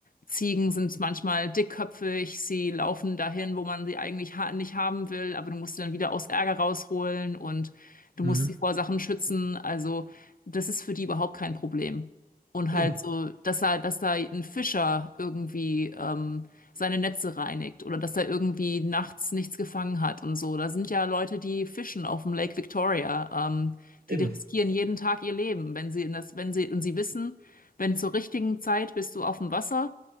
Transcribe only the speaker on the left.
Ziegen sind manchmal dickköpfig, sie laufen dahin, wo man sie eigentlich ha nicht haben will, aber du musst sie dann wieder aus Ärger rausholen und du
musst sie vor Sachen schützen. Also das ist für die überhaupt kein Problem. Und
halt so, dass er, dass da ein Fischer irgendwie ähm, seine Netze reinigt oder dass er irgendwie nachts nichts gefangen hat und so. Da sind ja Leute, die fischen auf dem Lake Victoria. Ähm, die
riskieren jeden Tag ihr Leben, wenn sie in das, wenn sie, und sie wissen, wenn zur richtigen Zeit bist du auf dem Wasser